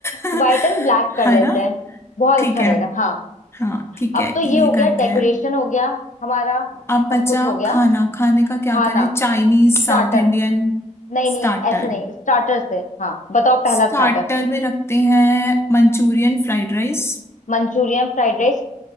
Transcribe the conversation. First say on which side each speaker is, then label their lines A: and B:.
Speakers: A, on the left (about 20°); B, on the left (about 70°).
A: <laughs>
B: व्हाइट एंड ब्लैक कर
A: है
B: लेते
A: ना
B: हैं बहुत
A: ठीक
B: अच्छा
A: है
B: रहेगा हाँ
A: हाँ ठीक
B: अब
A: है
B: तो ये
A: ये
B: हो गया
A: करते
B: डेकोरेशन
A: हैं
B: हो गया हमारा
A: अब
B: सब
A: बचा
B: कुछ हो गया
A: खाना खाने का क्या
B: खाना
A: करें Chinese
B: स्टार्टर
A: South Indian
B: नहीं नहीं
A: Starter
B: ऐसे नहीं स्टार्टर से हाँ बताओ पहला
A: starter
B: स्टार्टर
A: में रखते हैं मंचूरियन फ्राइड राइस
B: मंचूरियन फ्राइड राइस